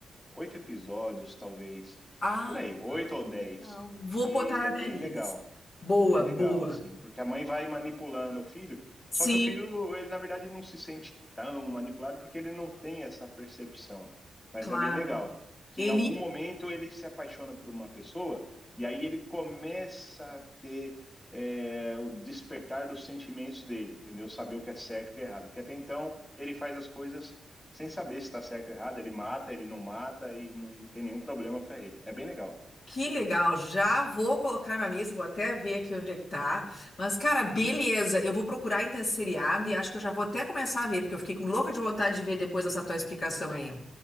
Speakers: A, on the left; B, on the left.
A: oito episódios, talvez.
B: Ah,
A: Por aí, oito ou dez.
B: não. Vou
A: E
B: botar na
A: é
B: minha
A: bem
B: lista.
A: legal.
B: Boa,
A: Bem legal,
B: boa.
A: assim, porque a mãe vai manipulando o filho,
B: Sim,
A: só que o filho, ele na verdade não se sente tão manipulado porque ele não tem essa percepção. Mas
B: claro.
A: é bem legal que
B: Ele.
A: em algum momento ele se apaixona por uma pessoa e aí ele começa a ter é, o despertar dos sentimentos dele, entendeu? Saber o que é certo e o que é errado. Porque até então ele faz as coisas sem saber se está certo ou errado, ele mata, ele não mata e não, não tem nenhum problema para ele. É bem legal.
B: Que legal, já vou colocar na lista, vou até ver aqui onde é que tá. Mas, cara, beleza, eu vou procurar então esse seriado e acho que eu já vou até começar a ver, porque eu fiquei com louca de vontade de ver depois dessa tua explicação aí.